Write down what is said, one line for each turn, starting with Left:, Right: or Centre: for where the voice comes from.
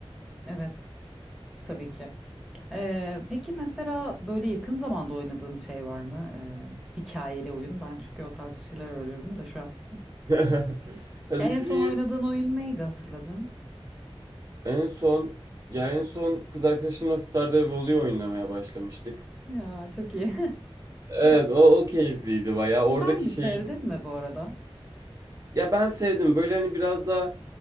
Centre: Evet tabii ki. Eee, peki mesela böyle yakın zamanda oynadığın şey var mı? Eee, hikayeli oyun. Ben çünkü o tarz şeyler arıyorum da şu an.
Right: <laughs> Ya
Centre: Ya
Right: düşüneyim.
Centre: en son oynadığın oyun neydi hatırladın?
Right: En son ya en son kız arkadaşımla Stardew Valley oynamaya başlamıştık.
Centre: Ya çok iyi.
Right: Evet o, o keyifliydi
Centre: <laughs>
Right: bayağı. Oradaki
Centre: Güzel mi?
Right: şeyi
Centre: Sevdin mi bu arada?
Right: ya ben sevdim. Böyle hani biraz daha